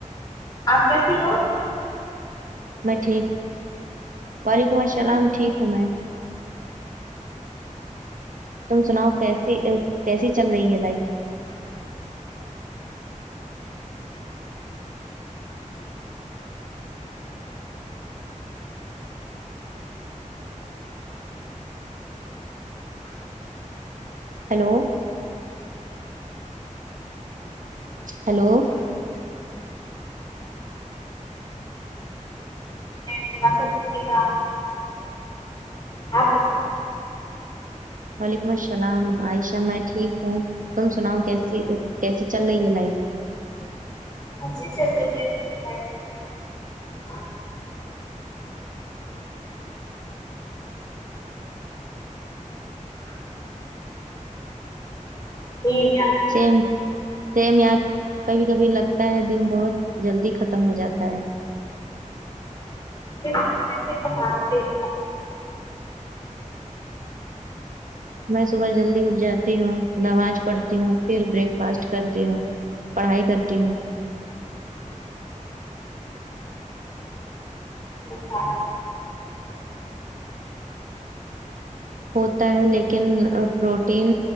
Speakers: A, on the left; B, on the right.
A: آپ کیسی ہو
B: میں ٹھیک وعلیکم السلام ٹھیک ہوں میں تم سناؤ کیسی کیسی چل رہی ہے لائف ہلو ہلو
A: تھوڑا سا گھر کے کاموں میںی رہتی ہوں آپ بتاؤ
B: وعلیکم السلام عائشہ میں ٹھیک ہوں تم سناؤ کیسی کیسی چل رہی ہے لائف
A: اچھی چل رہی ہےھر کے کام <inaudible>
B: سیم سیم اں کبھی کبھی لگتا ہے دن بہت جلدی ختم ہو جاتا ہے
A: بک ویسے تمارا دیکھ
B: میں صبح جلدی اٹھ جاتی ہوں نماز پڑھتی ہوں پھر بریک فاسٹ کرتی ہوں پڑھائی کرتی ہوں
A: سارا
B: ہوتا ہے لیکن روٹین